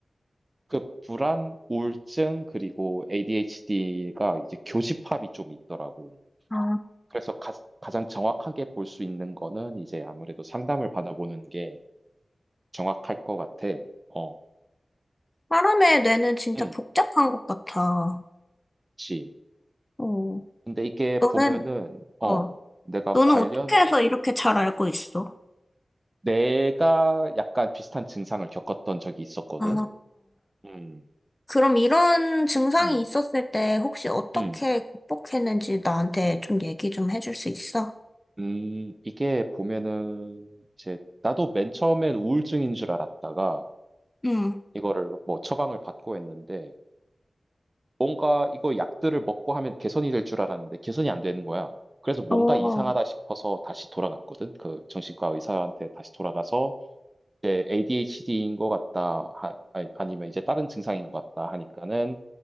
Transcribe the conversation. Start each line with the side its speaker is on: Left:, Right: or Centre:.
Right: 그 불안, 우울증 그리고 ADHD가 이제 교집합이 좀 있더라고.
Left: 아,
Right: 그래서 가, 장 정확하게 볼 수 있는 거는 이제 아무래도 상담을 받아보는 게 정확할 것 같아. 어,
Left: 사람의 뇌는 진짜
Right: 응,
Left: 복잡한 것 같아.
Right: 그치.
Left: 어,
Right: 근데 이게
Left: 너는,
Right: 보면은, 어,
Left: 어,
Right: 내가
Left: 너는
Right: 관련,
Left: 어떻게 해서 이렇게 잘 알고 있어?
Right: 내가 약간 비슷한 증상을 겪었던 적이 있었거든.
Left: 아,
Right: 음,
Left: 그럼 이런 증상이
Right: 음,
Left: 있었을 때 혹시 어떻게
Right: 음,
Left: 극복했는지 나한테 좀 얘기 좀 해줄 수 있어?
Right: 음, 이게 보면은, 이제, 나도 맨 처음엔 우울증인 줄 알았다가,
Left: 응.
Right: 이거를 뭐 처방을 받고 했는데, 뭔가 이거 약들을 먹고 하면 개선이 될 줄 알았는데 개선이 안 되는 거야. 그래서 뭔가
Left: 어, 어,
Right: 이상하다 싶어서 다시 돌아갔거든. 그 정신과 의사한테 다시 돌아가서 이제 ADHD인 것 같다, 하- 아니- 아니면 이제 다른 증상인 것 같다 하니까는